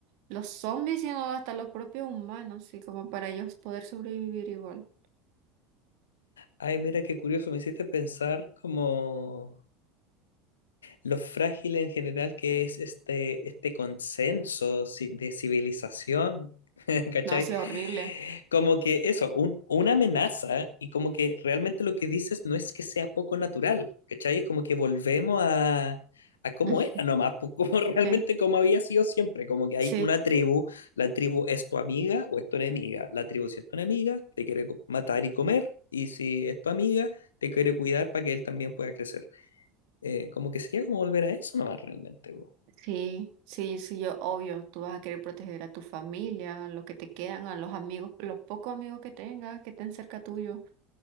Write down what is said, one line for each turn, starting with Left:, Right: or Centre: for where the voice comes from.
Right: los zombies, sino hasta los propios humanos, así como para ellos poder sobrevivir igual.
Left: Ay, mira qué curioso, me hiciste pensar como lo frágil en general que es este, este consenso ci- de civilización, <laughs> ¿cachai?
Right: No, sí, horrible.
Left: Como que eso, un- una amenaza y como que realmente lo que dices no es que sea poco natural, ¿cachai? Es como que volvemos a, a cómo
Right: <laughs>
Left: era nomás, pues, como <laughs> realmente
Right: Sí,
Left: como había sido siempre, como que hay
Right: sí,
Left: una tribu, la tribu es tu amiga o es tu enemiga, la tribu si es tu enemiga te quiere co- matar y comer y si es tu amiga te quiere cuidar para que él también pueda crecer. Eh, como que sería como volver a eso nomás realmente. po.
Right: sí, sí, sí, yo, obvio, tú vas a querer proteger a tu familia, a los que te quedan, a los amigos, los pocos amigos que tengas, que estén cerca tuyo.